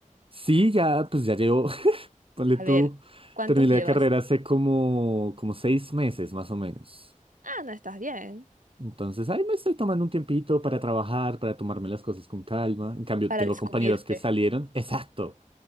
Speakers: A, on the right; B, on the right.
A: Sí, ya pues ya llevo, <laughs> ponle
B: A
A: tú,
B: ver, ¿cuántos
A: terminé
B: llevas?
A: la carrera hace como, como seis meses más o menos.
B: Ah, no estás bien.
A: Entonces, ahí me estoy tomando un tiempito para trabajar, para tomarme las cosas con calma. En cambio,
B: Para
A: tengo
B: descubrirte.
A: compañeros que salieron. Exacto.